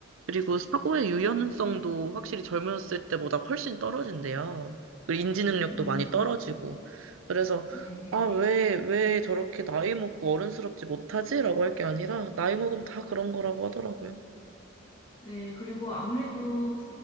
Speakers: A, on the right; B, on the left.
A: 그리고 사고의 유연성도 확실히 젊었을 때보다 훨씬 떨어진대요. 그리고 인지 능력도
B: 음.
A: 많이 떨어지고. 그래서,
B: 네네.
A: 아, 왜, 왜 저렇게 나이 먹고 어른스럽지 못하지? 라고 할 게 아니라, 나이 먹으면 다 그런 거라고 하더라고요.
B: 네, 그리고 아무래도